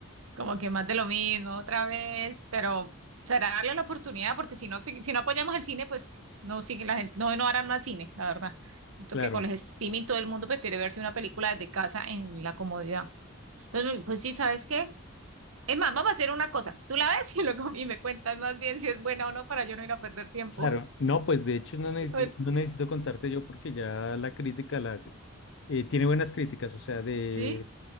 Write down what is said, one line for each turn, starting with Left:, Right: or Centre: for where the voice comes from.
Right: como que más de lo mismo otra vez, pero será darle la oportunidad porque si no, si, si no apoyamos el cine, pues no sigue la gente, no, no harán más cine, la verdad. Siento
Left: Claro,
Right: que con el streaming todo el mundo pues, quiere verse una película desde casa en la comodidad. Entonces, pues sí, ¿sabes qué? Es más, vamos a hacer una cosa. Tú la ves y, luego, y me cuentas más bien si es buena o no para yo no ir a perder tiempo.
Left: claro. No, pues de hecho no necesito,
Right: Ok,
Left: no necesito contarte yo porque ya la crítica la, eh, tiene buenas críticas, o sea, de,
Right: ¿Sí?